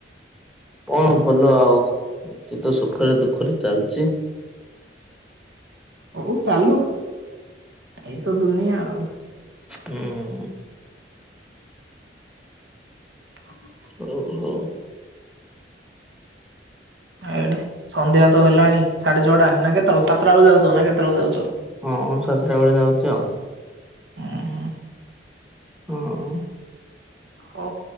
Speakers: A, in the centre; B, on the right (about 80°).
A: କଣ ଭଲ ଆଉ। ଏମିତି ତ ସୁଖରେ ଦୁଃଖରେ ଚାଲିଚି।
B: ହଉ ଚାଲୁ ଏଇତ ଦୁନିଆ ଆଉ।
A: ହୁଁ।
B: <inaudible>
A: ହଉ -ହଉ।
B: ଏଆଡେ ସନ୍ଧ୍ୟା ତ ହେଲାଣି ସାଢେ ଛଅଟା ନା କେତଳ ସାତଟା ବେଳ ଯାଉଚ ନା କେତେବଳେ ଯାଉଚ?
A: ହଁଁ ସାତ୍ ଟା ବେଳେ ଯାଉଚି ଆଉ।
B: ହୁଁ
A: ହଁ।
B: ହଉ